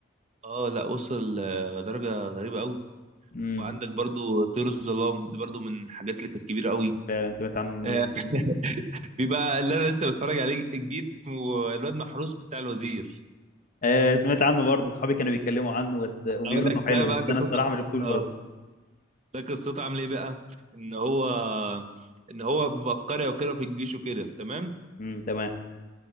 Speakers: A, on the right; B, on the left.
A: اه لا وصل آه، درجة غريبة قوي
B: امم
A: وعندك برضو طيور الظلام دي برضو من الحاجات اللي كانت كبيرة قوي
B: فعلا سمعت عنه انه
A: آه، <laughs>
B: جميل
A: في بقى اللي انا لسه بتفرج عليه جديد اسمه الواد محروس بتاع الوزير
B: آه سمعت عنه برضه اصحابي كانوا بيتكلموا عنه بس وبيقولوا
A: اقول لك
B: انه
A: ده
B: حلو
A: بقى
B: بس
A: قصته
B: انا الصراحه ما شفتوش برضه
A: اه ده قصته عامل ايه بقى ان هو ان هو بيبقى في قريه وكده في الجيش وكده تمام
B: امم تمام